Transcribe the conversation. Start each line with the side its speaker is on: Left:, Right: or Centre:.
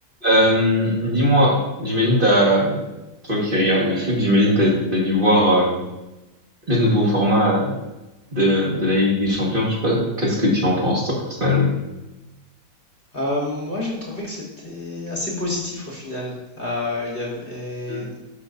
Right: Euh, dis-moi, j'imagine t'as, toi qui regardes le foot, j'imagine t'as, t'as dû voir euh, le nouveau format euh, de, de la Ligue des Champions. Je sais pas, qu'est-ce que tu en penses toi personnellement?
Left: Euh, moi, j'ai trouvé que c'était assez positif au final. Euh, il y avait,
Right: Mm.